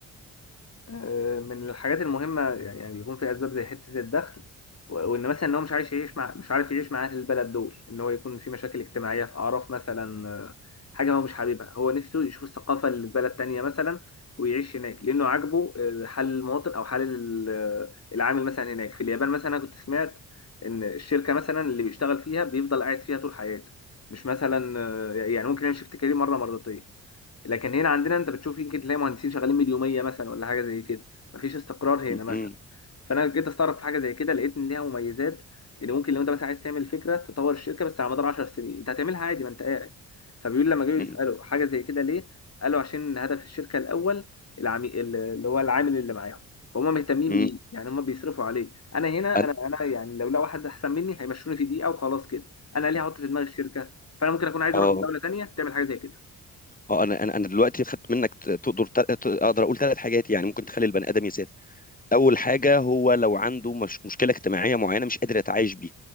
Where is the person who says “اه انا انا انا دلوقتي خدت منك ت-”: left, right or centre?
Left